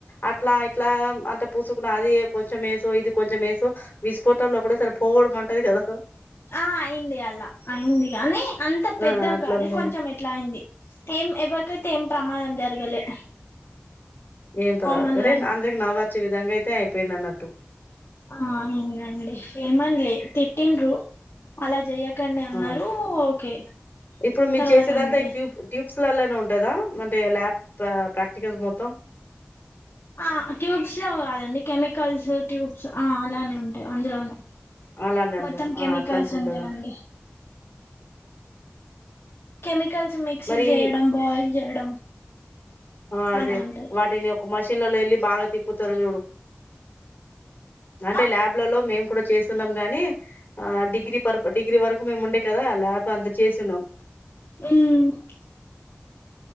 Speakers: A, on the left; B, on the left.
A: అట్లా ఇట్లా అంట పూసుకున్న అది కొంచెం ఏసో ఇది కొంచెం ఏసో విస్ఫోటాల్లో ఒకటే సారి పోడం మంటది కదా
B: ఆ అయింది అల్లా అయింది గాని అంత
A: ఆ
B: పెద్దగాలే
A: అట్లా అనుకోని
B: కొంచెం ఎట్లా అయింది ఏం ఎవరికైతే ఏం ప్రమాదం జరగలే
A: ఏం పర్వాల
B: నార్మల్
A: అరే
B: గా అయింది
A: అందరికి నవ్వాచ్చె విధంగా అయితే అయిపోయింది అన్నట్టు
B: ఆ ఇంగా అండి ఏమన్లే తిట్టిండ్రు అలా చెయ్యాకండి అన్నారు
A: ఆ
B: ఓకే
A: ఇప్పుడు మీరు
B: తర్వాత
A: చేసేదంతా
B: అంతే
A: ఈ ట్యూబ్ ట్యూబ్స్ లల్ల నే ఉంటందా అంటే ల్యాబ్ ప్రా ప్రాక్టికల్స్ మొత్తం
B: ఆ ట్యూబ్స్ లో కాదండి కెమికల్స్ ట్యూబ్స్ ఆ అలానే ఉంటాయి అందులోనే
A: అలానే అంద
B: మొత్తం కెమికల్స్
A: అట్లా అనుకుంటదా
B: ఉంటాయి అండి కెమి కల్స్ మిక్సీ
A: మరి
B: చేయడం బాయిల్ చేయడం
A: ఆ! అదే
B: అలా ఉంటాది
A: వాటిని ఒక మషిన్లలో వెళ్లి బాగా తిప్పుతారు చూడు అంటే
B: ఆ
A: ల్యాబ్ల్లో మేం అప్పుడు చేసివున్నాం కాని ఆ డిగ్రీ పర్ డిగ్రీ వరకు మేము ఉండే కదా ల్యాబ్ అంత చేసిన్నాం
B: <unintelligible>